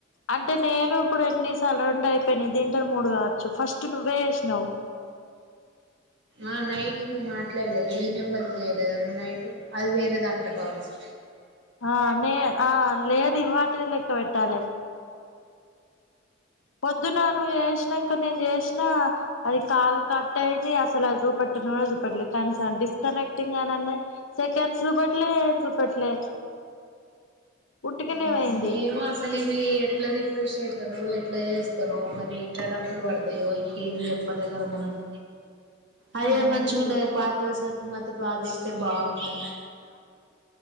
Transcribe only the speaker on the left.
అంటే నేను ఇప్పుడు ఎన్నిసార్లు రెండు అయిపోయినాయి దీంతో మూడు కావచ్చు ఫస్ట్ నువ్వే చేశినవ్ <inaudible>
ఆ నే ఆ లేదు ఇవాటిదే లెక్క పెట్టాలె పొద్దున నువు చేశిన ంక నేను చేసినా అది కాల్ కట్ అయింది అసలు అది చూపెట్టన్ కూడా చూపెట్టలే కనీసం అది డిస్ కనెక్టింగ్ అని అన్నది సెకండ్స్ చూపెట్లే ఏమ్ చూపెట్లే ఉట్టిగనే
పోయింది
<inaudible>
చూ